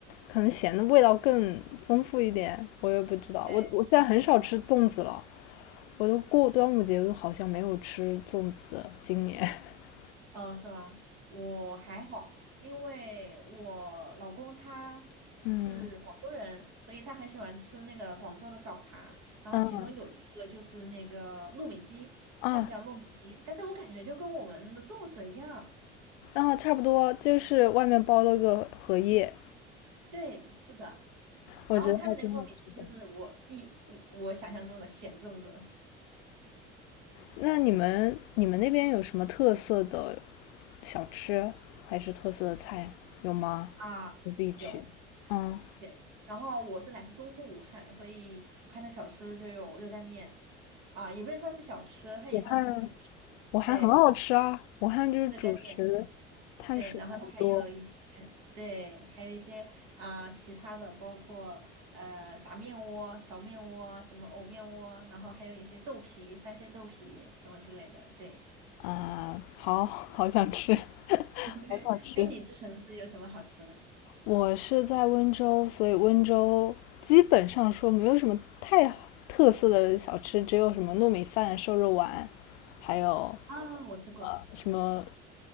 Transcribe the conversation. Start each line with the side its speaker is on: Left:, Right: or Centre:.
Left: 可能咸的味道更丰富一点，我也不知道。
Right: 对。
Left: 我我现在很少吃粽子了，我都过端午节我都好像没有吃粽子，今年。<laughs>
Right: 呃，是吗？我还好，因为我老公他是广州人，
Left: 嗯
Right: 所以他很喜欢吃那个广州的早茶。然后其中有一个就是那个糯米鸡，
Left: 嗯啊，
Right: 他们叫糯米鸡，但是我感觉就跟我们的粽子一样。
Left: 然后差不多就是外面包了个荷叶，
Right: 对，是的。
Left: 我觉得还挺好吃的。
Right: 然后他们那个糯米鸡就是我一一我想象中的咸粽子
Left: 那你们你们那边有什么特色的小吃还是特色的菜有吗？
Right: 啊，
Left: 你自己去。
Right: 有。
Left: 嗯，
Right: 对，然后我是来自中部武汉，所以武汉的小吃就有热干面，啊，也不能算是小吃，它也算是一个主食。
Left: 武汉武汉很好吃啊，
Right: 对，
Left: 武汉就是主食，
Right: 热干面，
Left: 碳水很多
Right: 对，然后它还有一些，对，还有一些啊、其他的，包括呃炸面窝、苕面窝、什么藕面窝，然后还有一些豆皮、三鲜豆皮什么之类的。对，
Left: 啊，好好想吃，
Right: <laughs> 对，
Left: 好想吃。
Right: 哎，你的城市有什么好吃的？
Left: 我是在温州，所以温州基本上说没有什么太特色的小吃，只有什么糯米饭、瘦肉丸，还有
Right: 啊，我吃过
Left: 呃什么